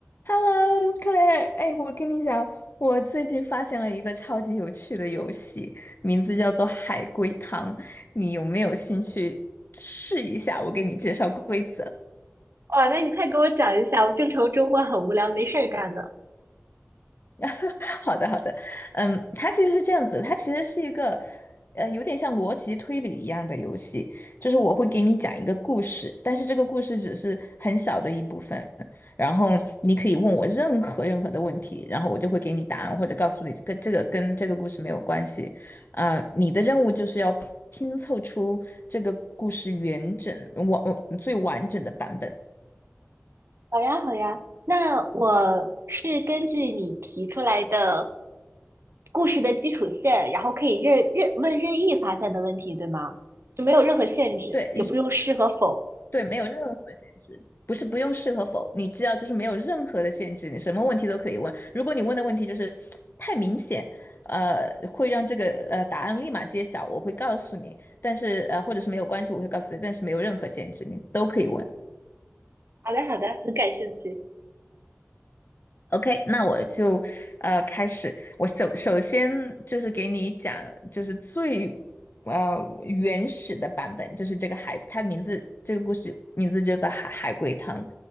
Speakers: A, on the left; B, on the right.
A: Hello，Claire，哎，我跟你讲，我最近发现了一个超级有趣的游戏，名字叫做海龟汤，你有没有兴趣试一下？我给你介绍规则。
B: 哇，那你快给我讲一下，我正愁周末很无聊，没事儿干呢。
A: <laughs> 好的，好的，嗯，它其实是这样子，它其实是一个，呃，有点像逻辑推理一样的游戏，就是我会给你讲一个故事，但是这个故事只是很小的一部分，然后你可以问我任何任何的问题，然后我就会给你答案，或者告诉你跟这个跟这个故事没有关系，啊、你的任务就是要拼凑出这个故事完整完最完整的版本。
B: 好呀，好呀，那我是根据你提出来的故事的基础线，然后可以任任问任意发现的问题，对吗？就没有任何限制，
A: 对，
B: 也不用是和否。
A: 对，没有任何限制，不是不用是和否，你知道，就是没有任何的限制，你什么问题都可以问。如果你问的问题就是太明显，呃，会让这个呃答案立马揭晓，我会告诉你。但是呃，或者是没有关系，我会告诉你，但是没有任何限制，你都可以问。
B: 好的，好的，很感兴趣。
A: OK，那我就呃开始。我首首先就是给你讲，就是最呃原始的版本，就是这个海，它名字这个故事名字就叫海海龟汤。